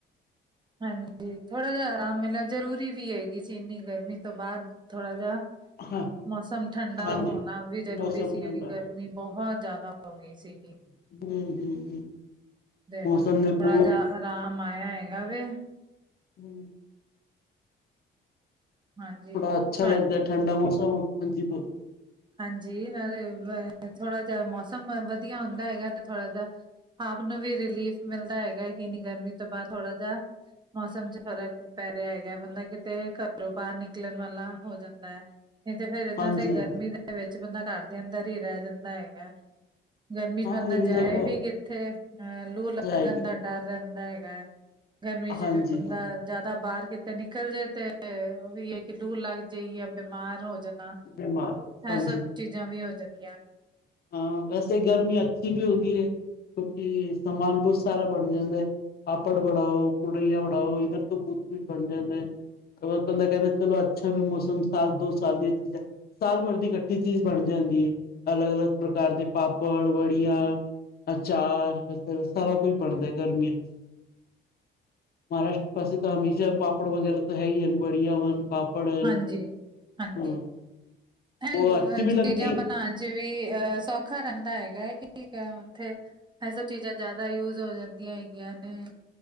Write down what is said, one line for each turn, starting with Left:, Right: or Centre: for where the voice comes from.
Right: ਹਾਂਜੀ ਥੋੜ੍ਹਾ ਜਾ ਆਰਾਮ ਮਿਲਿਆ ਜ਼ਰੂਰੀ ਵੀ ਹੈਗੀ ਸੀ, ਇੰਨੀ ਗਰਮੀ ਤੋਂ ਬਾਅ ਥੋੜ੍ਹਾ ਜਾ
Left: ਹਾਂ
Right: ਮੌਸਮ ਠੰਡਾ
Left: ਹਾਂਜੀ
Right: ਹੋਨਾ ਵੀ ਜ਼ਰੂਰੀ
Left: ਮੌਸਮ
Right: ਸੀ,
Left: ਠੰਡਾ
Right: ਕਿਉਂਕਿ ਗਰਮੀ ਬੋਹਤ ਜਾਦਾ ਹੋ ਗਈ ਸੀ।
Left: ਹਮ ਹਮ ਹਮ
Right: ਤੇ ਹੁ
Left: ਮੌਸਮ
Right: ਥੋੜਾ
Left: ਨੇ ਬਹੁਤ
Right: ਜਾ ਆਰਾਮ ਆਇਆ ਏ। ਯਾਵੇ
Left: ਹੂੰ।
Right: ਹਾਂਜੀ
Left: ਥੋੜਾ
Right: ਤੁਹਾ
Left: ਅੱਛਾ ਲੱਗਦਾ ਠੰਡਾ ਮੌਸਮ, ਹਾਂਜੀ ਬੋਲੋ।
Right: ਹਾਂਜੀ, ਨਾਲੇ <unintelligible> ਥੋੜਾ ਜਾ ਮੌਸਮ ਵਧੀਆ ਹੁੰਦਾ ਹੈਗਾ ਤੇ ਥੋੜ੍ਹਾ ਜਾ ਆਪ ਨੂੰ ਵੀ ਰਿਲੀਫ਼ ਮਿਲਦਾ ਹੈਗਾ, ਕੀ ਇੰਨੀ ਗਰਮੀ ਤੋਂ ਬਾਦ ਥੋੜਾ ਜਾ ਮੌਸਮ 'ਚ ਫਰਕ ਪੈ ਰਯਾ ਹੈਗਾ ਬੰਦਾ ਕਿ ਤੇ ਘਰੋਂ ਬਾਰ ਨਿਕਲਨ ਵਾਲਾ ਹੋ ਜਾਂਦਾ ਐ, ਨਈ ਤੇ ਫੇਰ ਏਨਾਂ
Left: ਹਾਂਜੀ
Right: ਤੇ
Left: ਹਾਂਜੀ
Right: ਗਰਮੀ ਦਾ ਵਿੱਚ ਬੰਦਾ ਘਰ ਦੇ ਅੰਦਰ ਈ ਰਹਿ ਜਾਂਦਾ ਹੈਗਾ। ਗਰਮੀ ਚ
Left: ਹਾਂ
Right: ਬੰਦਾ
Left: ਇਹ
Right: ਜਾਏ
Left: ਗੱਲ
Right: ਵੀ ਕਿੱਥੇ ਅਹ ਲੂ ਲੱਗਣ
Left: ਜਾਏਗੀ
Right: ਦਾ ਡਰ ਰਹਿੰਦਾ ਹੈਗਾ, ਗਰਮੀ ਚ
Left: ਹਾਂਜੀ
Right: ਫੇਰ ਬੰਦਾ
Left: ਹਾਂ
Right: ਜਾਦਾ ਬਾਰ ਕਿਤੇ ਨਿਕਲ ਜਾਏ ਤੇ ਓਹੀ ਹੈ ਕਿ ਲੂ ਲੱਗ ਜਾਏਗੀ ਯਾ ਬਿਮਾਰ ਹੋ ਜਾਨਾ।
Left: ਬਿਮਾਰ
Right: ਐ
Left: ਹਾਂਜੀ
Right: ਸਭ ਚੀਜ਼ਾਂ ਵੀ ਹੋ ਜਾਂਦੀਆਂ ਨੇ।
Left: ਹਾਂ, ਵੈਸੇ ਗਰਮੀ ਅੱਛੀ ਵੀ ਹੁੰਦੀ ਏ। ਕਿਉਂਕਿ ਸਮਾਨ ਬੋਤ ਸਾਰਾ ਬਨ ਜਾਂਦਾ ਐ। ਪਾਪੜ ਬਣਾਓ, ਕੂੜਈਆਂ ਬਣਾਓ ਫੇਰ ਤੇ ਬੋਤ ਕੁਝ ਬਣ ਜਾਂਦਾ ਐ। ਤੇ ਹੋਰ ਬੰਦਾ ਕਹਿੰਦਾ ਚਲੋ ਅੱਛਾ ਵੀ ਮੌਸਮ ਸਾਲ ਦੋ ਸਾਲ ਦੀਆਂ ਚੀਜ਼ਾਂ ਸਾਲ ਭਰ ਦੀ ਇਕੱਠੀ ਚੀਜ਼ ਬਣ ਜਾਂਦੀ ਏ, ਅਲੱਗ-ਅਲੱਗ ਪ੍ਰਕਾਰ ਦੇ ਪਾਪੜ, ਵੜੀਆਂ ਅਚਾਰ ਵਗੈਰਾ ਸਾਰਾ ਕੁਝ ਬਣਦਾ ਗਰਮੀਆਂ 'ਚ। ਮਹਾਰਾਸ਼ਟਰ ਪਾਸੇ ਤਾਂ ਹਮੇਸ਼ਾ ਪਾਪੜ ਵਗੈਰਾ ਤਾਂ ਹੈ ਈ ਹਨ ਬੜੀਆ ਵ ਪਾਪੜ ਹਨ,
Right: ਹਾਂਜੀ, ਹਾਂਜੀ।
Left: ਹਾਂ।
Right: <unintelligible>
Left: ਬਹੁਤ ਅੱਛੀ ਵੀ ਲੱਗਦੀ
Right: ਚੀਜ਼ਾਂ ਬਨਾਨ ਵੀ ਅ ਸੌਖਾ ਰਹਿੰਦਾ ਹੈਗਾ ਹੈ ਕੀ <unintelligible> ਓਥੇ ਐ ਸਭ ਚੀਜ਼ਾਂ ਜਾਦਾ ਯੂਜ ਯੂਜ਼ ਹੋ ਜਾਂਦੀਆਂ ਹੈਗੀਆਂ ਨੇ